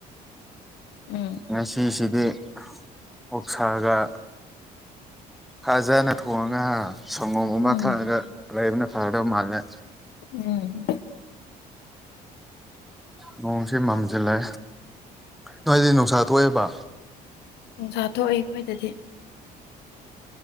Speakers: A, on the left (about 85°); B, in the centre.
A: ꯎꯝ
B: ꯉꯁꯤꯁꯤꯗꯤ ꯑꯣꯛꯁꯥꯒ ꯐꯥꯖꯅ ꯊꯣꯡꯉꯒ ꯁꯪꯒꯣꯝꯒꯨꯝꯕ
A: ꯎꯝ
B: ꯊꯛꯑꯒ ꯂꯩꯕꯅ ꯐꯗꯕ ꯃꯥꯜꯂꯦ
A: ꯎꯝ
B: ꯅꯣꯡꯁꯦ ꯃꯝꯖꯜꯂꯦ ꯅꯣꯏꯗꯤ ꯅꯨꯡꯁꯥ ꯊꯣꯛꯑꯦꯕ
A: ꯅꯨꯡꯁꯥ ꯊꯣꯛꯑꯦ ꯑꯈꯣꯏꯗꯗꯤ